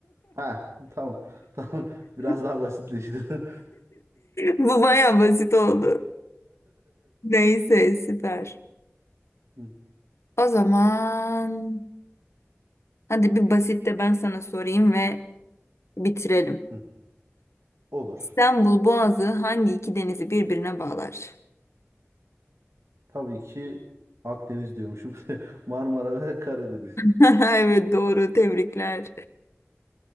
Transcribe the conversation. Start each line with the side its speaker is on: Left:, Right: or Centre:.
Right: Ha, tamam. <laughs> Tamam. Biraz
Left: <laughs>
Right: daha basitleşti. <laughs>
Left: Bu baya basit oldu. Neyse, süper.
Right: Hı,
Left: O zaman hadi bir basit de ben sana sorayım ve bitirelim.
Right: hı. Olur.
Left: İstanbul Boğazı hangi iki denizi birbirine bağlar?
Right: Tabii ki Akdeniz diyormuşum. <laughs> Marmara ve Karadeniz.
Left: <laughs> Evet doğru tebrikler.